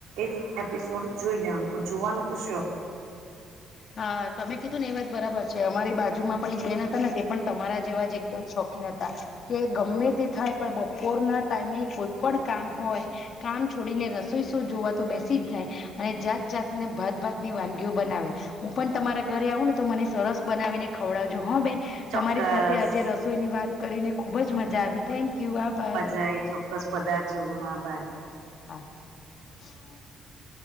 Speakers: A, on the right; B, on the left.
A: એ એપિસોડ જોઈ લેવાનું પણ જોવાનું તો શો હ
B: હા તમે કીધું ને એ વાત બરાબર છે અમારી બાજુમાં પણ એક બેન હતા ને તે પણ તમારા જેવા જ એકદમ શોખ નતા કે ગમે તે થાય પણ બપોરના ટાઈમે કોઈ પણ કામ હોય કામ છોડીને રસોઈસો જોવા તો બેસી જ જાય અને જાત જાતને ભાત ભાત વાનગીઓ બનાવે હું પણ તમારા ઘરે આવું ને તો મને સરસ બનાવીને ખવડાવજો હા બેન
A: ચોક્કસ
B: તમારી સાથે આજે રસોઈની વાત કરીને ખુબ જ મજા આવી થેન્ક યુ વા ભ
A: ાય ચો ક્કસ પદારથ જોવું હા ભાઈ
B: હચ